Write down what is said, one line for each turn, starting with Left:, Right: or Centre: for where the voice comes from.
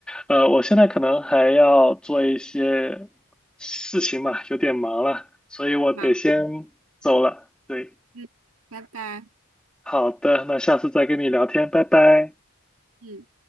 Centre: 呃，我现在可能还要做一些事情嘛，有点忙了，所以我得先走了。
Right: 那
Centre: 对，
Right: 嗯，拜拜，
Centre: 好的，那下次再跟你聊天，拜拜。
Right: 嗯。